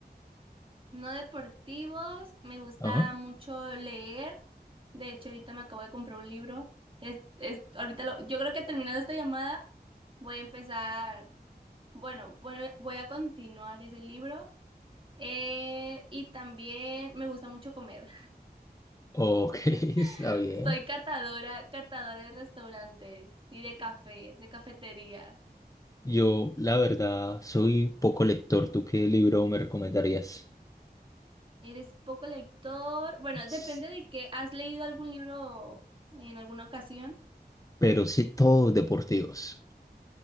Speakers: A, on the right; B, on the left.
A: No deportivos, me gusta
B: Ajá.
A: mucho leer. De hecho, ahorita me acabo de comprar un libro. Es, es, ahorita lo, yo creo que terminando esta llamada voy a empezar Bueno, bueno, voy a continuar ese libro. Eh, y también me gusta mucho comer.
B: Ok, <laughs> está
A: <laughs>
B: bien.
A: Soy catadora, catadora de restaurantes y de cafés, de cafetería.
B: Yo, la verdad, soy poco lector. ¿Tú qué libro me recomendarías?
A: ¿Eres poco lector? Bueno, depende
B: S-
A: de qué. ¿Has leído algún libro en alguna ocasión?
B: Pero sí, todos deportivos